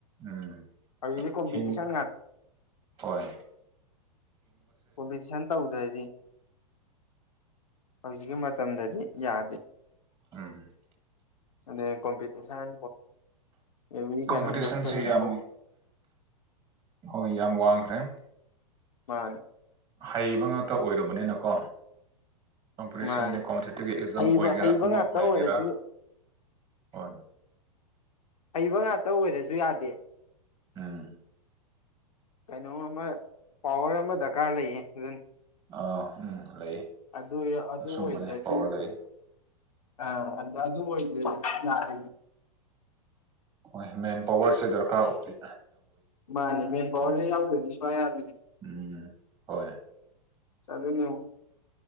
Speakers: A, on the right; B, on the left.
A: ꯎꯝ
B: ꯍꯧꯖꯤꯛꯇꯤ ꯀꯣꯝꯄꯤꯇꯤꯁꯟ
A: ꯆꯁꯤꯡ ꯇꯣꯏ
B: ꯑꯣꯕꯤꯁꯟ ꯇꯧꯗ꯭ꯔꯩꯗꯤ ꯍꯧꯖꯤꯛꯀꯤ ꯃꯇꯝꯗꯗꯤ ꯌꯥꯗꯦ
A: ꯎꯝ
B: ꯑꯗ ꯀꯣꯝꯄꯤꯇꯤꯁꯟ ꯑꯦꯕ꯭ꯔꯤ ꯀꯩꯅꯣꯝꯗ
A: ꯀꯣꯝꯄꯤꯇꯤꯁꯟꯁꯤ
B: ꯐꯤꯜꯗ
A: ꯌꯥꯝ ꯍꯣꯏ ꯌꯥꯝ ꯋꯥꯡꯈ꯭ꯔꯦ
B: ꯍ
A: ꯍꯩꯕ ꯉꯥꯛꯇ ꯑꯣꯏꯔꯕꯅꯤꯅꯀꯣ ꯀꯝꯄꯤꯇꯤꯁꯟꯗ
B: ꯃꯥꯅꯤ
A: ꯀꯣꯝꯄꯤꯇꯤꯇꯤꯞ ꯑꯦꯛꯖꯥꯝ
B: ꯍꯩꯕ
A: ꯑꯣꯏꯒꯦꯔꯥ
B: ꯍꯩꯕ
A: ꯑꯃ
B: ꯉꯥꯛꯇ
A: ꯑꯣꯏꯒꯦꯔꯥ
B: ꯑꯣꯏꯔꯁꯨ
A: ꯍꯣꯏ
B: ꯍꯩꯕ ꯉꯥꯛꯇ ꯑꯣꯏꯔꯁꯨ ꯌꯥꯗꯦ
A: ꯎꯝ
B: ꯀꯩꯅꯣ ꯑꯃ ꯄꯋꯔ ꯑꯃ ꯗꯔꯀꯥꯔ ꯂꯩꯌꯦ ꯑꯗꯨꯟ
A: ꯑ ꯎꯝ ꯂꯩ
B: ꯑꯗꯨ ꯑꯗꯨ
A: ꯑꯁꯨꯝꯕꯅꯦ
B: ꯑꯣꯏꯗ꯭ꯔꯗꯤ
A: ꯄꯋꯥꯔ ꯂꯩ
B: ꯑ ꯑꯣꯏ ꯌꯥꯔ
A: ꯍꯣꯏ ꯃꯦꯟ ꯄꯋꯥꯔꯁꯦ ꯗꯔꯀꯥꯔ ꯑꯣꯏ
B: ꯃꯥꯅꯦ ꯃꯦꯟ ꯄꯋꯥꯔ ꯍ ꯌꯥꯎꯈꯗꯤ ꯁꯋꯥꯏ ꯌꯥ
A: ꯎꯝ ꯍꯣꯏ
B: ꯆ ꯑꯗꯨꯅ